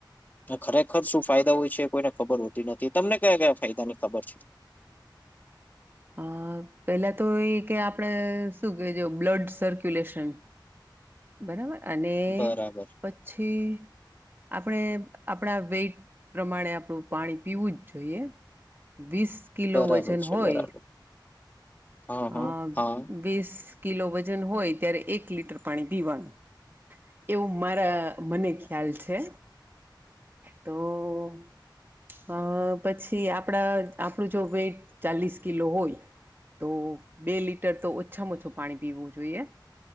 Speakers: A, on the left; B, on the right.
A: ખરેખર શું ફાયદા હોય છે કોઈને ખબર હોતી નથી તમને કયા કયા ફાયદા ની ખબર છે
B: હા પેલા તો એ કે આપડેશું કે બ્લડ સર્ક્યુલેશન બરાબર અને
A: બરાબર
B: પછી આપણે આપણા વેટ પ્રમાણે આપણું પાણી પીવું જ જોઈએ વીસ કિલો
A: બરાબર
B: વજન
A: છે
B: હોય
A: બરાબર હા હા
B: હ
A: હા
B: બીસ કિલો વજન હોય ત્યારે એક લીટર પાણી પીવાનું એવું મારા મને ખ્યાલ છે તો અ પછી આપણા આપણું જો વેઇટ ચાલીસ કિલો હોય તો બે લીટર તો ઓછામાં ઓછું પાણી પીવું જોઈએ